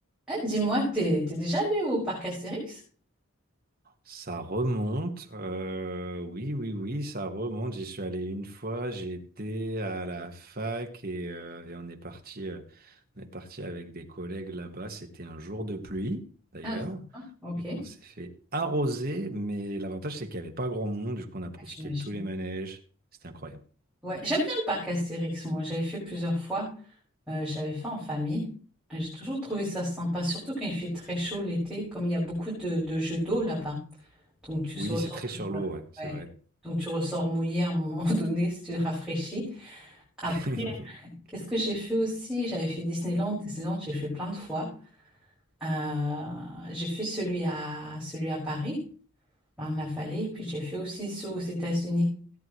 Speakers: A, in the centre; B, on the right (about 45°).
A: Ah, dis-moi, t'es, t'es déjà allé au parc Astérix?
B: Ça remonte, euh, oui, oui, oui, ça remonte. J'y suis allé une fois, j'étais à la fac et, euh, et on est parti, euh, on est parti avec des collègues là-bas. C'était un jour de pluie, d'ailleurs.
A: Ah, ok.
B: Donc on s'est fait arroser, mais l'avantage c'est qu'il n'y avait pas grand monde, du coup on a profité
A: Ah, J'imagine.
B: de tous les manèges. C'était incroyable.
A: Ouais, j'aime bien le parc Astérix, moi. J'avais fait plusieurs fois. Euh, j'avais fait en famille. Et J'ai toujours trouvé ça sympa, surtout quand il fait très chaud l'été, comme il y a beaucoup de, de jeux d'eau là-bas. Donc tu
B: Oui,
A: se ressors
B: c'est très
A: toujours.
B: sur
A: Ouais.
B: l'eau, ouais, c'est
A: Ouais.
B: vrai.
A: Donc tu ressors mouillé à un moment <laughs> donné si tu te rafraîchis. Après,
B: <laughs>
A: Ouais. qu'est-ce que j'ai fait aussi? J'avais fait Disneyland. Disneyland, j'ai fait plein de fois. Euh, j'ai fait celui à, celui à Paris. Ben, il en a fallu Et puis j'ai fait aussi ceux aux États-Unis.